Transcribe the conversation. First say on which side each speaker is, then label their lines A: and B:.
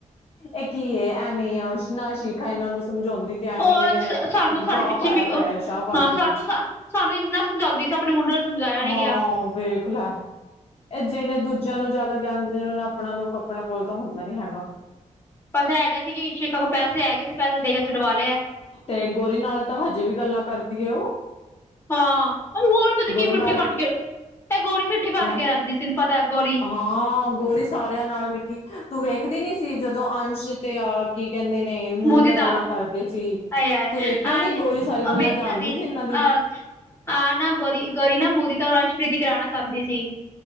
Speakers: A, on the left; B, on the left.
A: ਐ ਕੀ ਏ? ਐਵੇ ਈ ਅਸ਼ ਨਾ ਸ਼ੀਖਾ ਇਨਾਂ ਨੂੰ ਸਮਜਾਉਂਦੀ ਤੇ ਐਵੇਂ
B: ਉਹ
A: ਈ
B: ਸ ਸਾਨੂੰ ਸਾਡੇ
A: ਗਾਹ
B: ਪਿੱਛੇ
A: ਪਾਇਆ
B: ਪੀ
A: ਪਇਆ
B: ਅ
A: ਸ਼ਾਹਬਾਦ
B: ਹਾਂ
A: ਦੇ
B: ਸਾਨੂੰ
A: ਵਿੱਚ।
B: ਸਾਨੂੰ ਇੰਨਾ ਸਮਜਾਂਦੀ ਸੀ ਆਪਣੇ ਮੁੰਡੇ ਨੂੰ ਸਮਝਾਇਆ ਨੀ
A: ਹਾਂ
B: ਗਿਆ।
A: ਵੇਖ ਲੈ, ਐ ਜੇੜੇ ਦੂਜਿਆਂ ਨੂੰ ਜਿਆਦਾ ਗਿਆਨ ਦੇਂਦੇ ਨਾ ਓਨਾ ਨੂੰ ਅਪ ਓਨਾ ਨੂੰ ਕੱਪੜਾ ਕੋਲ ਤਾਂ ਹੁੰਦਾ ਨੀ ਹੈਗਾ।
B: ਬਸ ਐ ਹੈਗਾ ਸੀ ਕਿ ਸ਼ੀਖਾ ਕੋਲ ਪੈਸੇ ਹੈਗੇ ਸੀ ਤੇ ਪੈਸਾ ਦੇ ਕੇ ਛਡਵਾ ਲਿਆ।
A: ਤੇ ਗੋਰੀ ਨਾਲ ਤਾਂ ਹਜੇ ਵੀ ਗੱਲਾਂ ਕਰਦੀ ਐ ਉਹ।
B: ਹਾਂ, ਹੋਰ ਪਤਾ
A: ਗੋਰੀ
B: ਕੀ ਮਿੱਠੀ
A: ਨਾਲ
B: ਬਣ ਕੇ, ਤੇ ਗੋਰੀ ਮਿੱਠੀ ਬਣ
A: ਹੈਂ
B: ਕੇ ਰੈਂਦੀ ਸੀ ਤੈਨੂੰ ਪਤਾ ਏ ਗੋਰੀ।
A: ਹਾਂ
B: <inaudible>
A: ਗੋਰੀ ਸਾਰਿਆਂ ਨਾਲ ਮਿੱਠੀ, ਤੂੰ ਵੇਖਦੀ ਨੀ ਸੀ ਜਦੋਂ ਅੰਸ਼ ਤੇ ਆ ਕੀ ਕੈਂਦੇ ਨੇ ਮੂਵੀ
B: ਮੁਦਿਤਾ
A: ਦਾ ਗੱਲਾਂ ਕਰਦੇ ਸੀ
B: ਆਏ ਹਾਏ
A: ਤੂੰ ਵੇਖਿਆ
B: ਆਂਜ
A: ਨੀ ਗੋਰੀ ਸਾਰੀ ਗੱਲਾਂ
B: ਵੇਖਿਆ
A: ਜਾਣਦੀ ਸੀ ਇਨਾਂ ਦੀ।
B: ਅ ਆ ਨਾ ਗੋਰੀ, ਗੋਰੀ ਨਾ ਮੁਦਿਤ ਔਰ ਅੰਸ਼ ਪਰੀਤੀ ਕਰਾਣਾ ਚਾਂਦੀ ਸੀ।